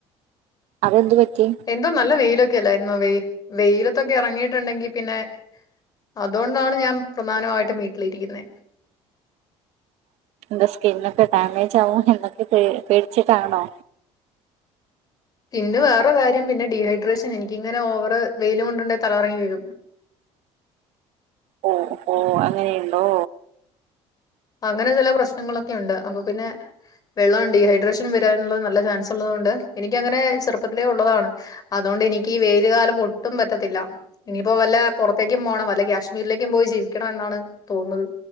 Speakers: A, on the right; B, on the left.
A: അതെന്ത് പറ്റി
B: എന്തോ നല്ല വെയിലൊക്കെ ല്ലായിരുന്നോ വെ വെയിലത്തൊക്കെ ഇറങ്ങിയിട്ടുണ്ടെങ്കി പിന്നെ അതുകൊണ്ടാണ് ഞാൻ പ്രധാനമായിട്ടും വീട്ടിലിരിക്കുന്നത്
A: <inaudible> ന്റെ സ്കിന്നൊക്കെ ഡാമേജാകും എന്നൊക്കെ പേടിച്ചിട്ടാണോ
B: പിന്നെ വേറെ കാര്യം പിന്നെ ഡിഹൈഡ്രേഷൻ എനിക്കിങ്ങനെ ഓവറ് വെയില കൊണ്ടുണ്ട തലറങ്ങി വരും
A: ഓ ഓ അങ്ങനെയുണ്ടോ
B: അങ്ങന ചില പ്രശ്നങ്ങളൊക്കെ ഇണ്ട് അപ്പൊ പിന്നെ വെള്ളം ഡീഹൈഡ്രേഷൻ വരാനുള്ള നല്ല ചാൻസ് ഉള്ളതുകൊണ്ട് എനക്ക്ങ്ങനെ ചെറുപ്പത്തിലേ ഉള്ളതാണ് അതുകൊണ്ട് എനി വെയിലു കാരണം ഒട്ടും പറ്റത്തില്ല ഇനിയിപ്പോ വല്ല പുറത്തേക്കും പോകണം വല്ല കാശ്മീരിലേക്കും പോയി ജീവിക്കണം എന്നാണ് തോന്നുന്നത്